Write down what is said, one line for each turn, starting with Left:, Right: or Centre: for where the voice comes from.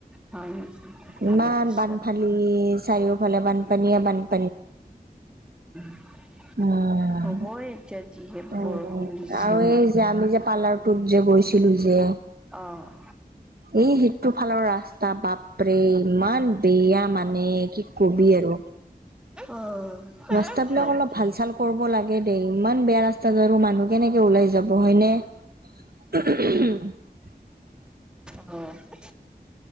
Centre: হয় নেকি? ভালে
Right: ইমান
Centre: কৰিছা।
Right: বানপানী চাৰিওফালে বাণ বানপানী, বাণ
Centre: <inaudible>
Right: উম
Centre: হ'বই এতিয়া যিহে
Right: উম
Centre: বৰষুণ দিছে।
Right: আৰু এই যে আমি যে পাৰ্লাৰটোত যে গৈছিলো যে,
Centre: অ',
Right: এই সেইটোফালৰ ৰাস্তা বাপ ইমান বেয়া মানে কি কবি আৰু
Centre: অ',
Right: ৰাস্তা
Centre: হয়
Right: বিলাক অলপ
Centre: নেকি?
Right: ভাল চাল-কৰিব লাগে দেই ইমান বেয়া ৰাস্তাত আৰু মানুহ কেনেকে ওলাই যাব, হয়নে? <unintelligible>
Centre: অ'।